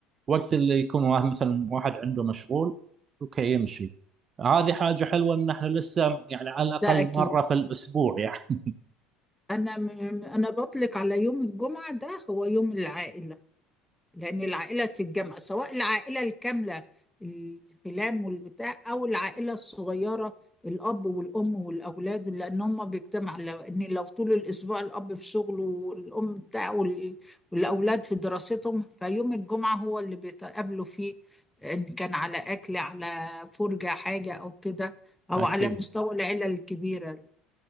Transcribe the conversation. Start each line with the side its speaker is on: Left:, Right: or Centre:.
Right: وقت اللي يكون واحد مثلا واحد عنده مشغول اوكي يمشي هذه حاجة حلوة ان احنا لسه يعني على الاقل
Centre: ده أكيد
Right: مرة في الاسبوع يعني
Centre: أنا م- أنا بطلق على يوم الجمعة ده هو يوم العائلة لأن العائلة تتجمع سواء العائلة الكاملة الخلان والبتاع أو العائلة الصغيرة الأب والأم والأولاد لأن هم بيجتمعوا لأن لو طول الأسبوع الأب في شغله والأم بتاعه وال- والأولاد في دراستهم فيوم الجمعة هو اللي بيتقابلوا فيه إن كان على أكل على فرجة حاجة أو كده أو
Right: اكيد
Centre: على مستوى العيلة الكبيرة